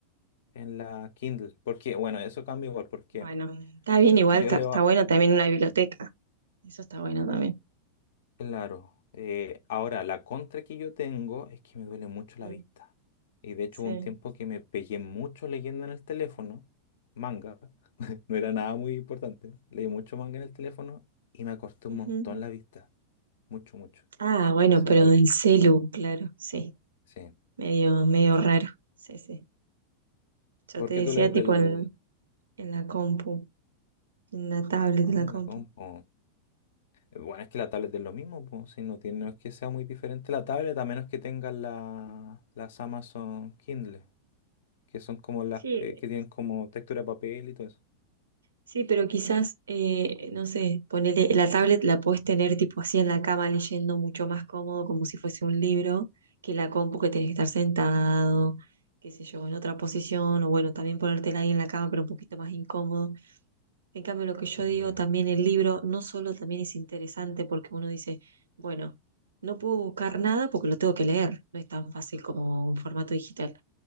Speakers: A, on the left; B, on the right.
A: en la Kindle. Porque, bueno, eso cambia igual, porque
B: Bueno, está bien igual,
A: yo
B: está,
A: leo
B: está bueno también una biblioteca, eso está bueno también.
A: Claro. Eh, ahora, la contra que yo tengo es que me duele mucho la
B: Mm,
A: vista. Y de hecho,
B: Sí.
A: hubo un tiempo que me pegué mucho leyendo en el teléfono, manga, <laughs> no era nada muy importante. Leí mucho manga en el teléfono y me acorté
B: Ujú.
A: un montón la vista. Mucho, mucho.
B: Ah, bueno,
A: Entonces,
B: pero
A: que la ve-
B: del celu, claro, sí,
A: Sí.
B: medio, medio raro, sí, sí. Yo
A: ¿Por
B: te
A: qué
B: decía
A: tú lees
B: tipo
A: del.
B: en, en la compu, en la tablet de
A: Ah,
B: la
A: en
B: compu.
A: la compu. Eh, Bueno, es que la tablet es lo mismo, pues, si no tiene, no es que sea muy diferente la tablet, a menos que tengas la, las Amazon Kindle, que son como las
B: Sí,
A: eh, que tienen como textura de papel y todo eso.
B: Sí, pero quizás, eh, no sé, ponele, la tablet la puedes tener tipo así en la cama leyendo mucho más cómodo, como si fuese un libro, que la compu que tenés que estar sentado, qué sé yo, en otra posición, o bueno, también ponértela ahí en la cama, pero un poquito más incómodo. En cambio, lo que yo
A: Mm,
B: digo, también el libro no solo también es interesante porque uno dice, bueno, no puedo buscar nada porque lo tengo que leer, no es tan fácil como un formato digital.